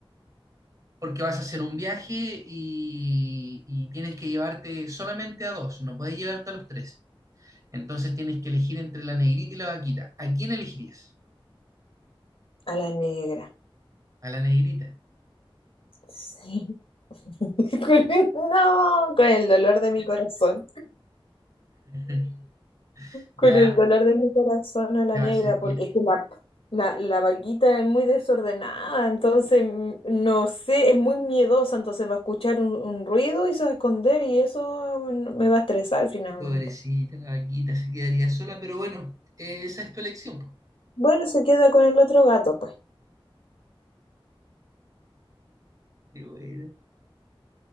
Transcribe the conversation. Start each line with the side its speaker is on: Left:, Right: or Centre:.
Right: porque vas a hacer un viaje y, y tienes que llevarte solamente a dos, no puedes llevarte a los tres. Entonces tienes que elegir entre la negrita y la vaquita. ¿A quién elegirías?
Left: A la negra.
Right: A la negrita.
Left: Sí. <laughs> Con el- No, con el dolor de mi corazón.
Right: <laughs>
Left: Con
Right: Ya,
Left: el dolor de mi corazón a la
Right: te vas
Left: negra,
Right: a sentir
Left: porque es que la, la, la vaquita es muy desordenada, entonces mm, no sé, es muy miedosa, entonces va a escuchar un, un ruido y se va a esconder y eso mm, me va a estresar finalmente.
Right: pobrecita, la vaquita se quedaría sola, pero bueno, eh, esa es tu elección, po.
Left: Bueno, se queda con el otro gato, pues.
Right: Qué bueno.